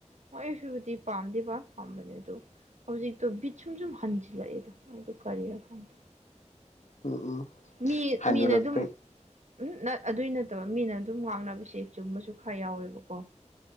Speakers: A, on the right; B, on the left.
A: ꯍꯣ ꯑꯩꯁꯨꯕꯨꯗꯤ ꯄꯥꯝꯗꯦꯕ ꯄꯥꯝꯕꯗꯤ ꯑꯗꯨ ꯍꯧꯖꯤꯛꯇꯣ ꯕꯤꯠ ꯁꯨꯝ ꯁꯨꯝ ꯍꯟꯖꯤꯜꯂꯛꯑꯦꯗ ꯑꯗꯨꯗꯣ ꯀꯔꯤꯔ ꯈꯪꯗꯦ
B: ꯎꯝ ꯎꯝ
A: ꯃꯤ
B: ꯍꯟꯅꯨꯔꯛꯄꯩ
A: ꯃꯤꯅ ꯑꯗꯨꯝ ꯎꯝ ꯅ ꯑꯗꯨꯏ ꯅꯠꯇꯕ ꯃꯤꯅ ꯑꯗꯨꯝ ꯉꯥꯡꯅꯕꯁꯦ ꯆꯨꯝꯕꯁꯨ ꯈꯔ ꯌꯥꯎꯋꯦꯕꯀꯣ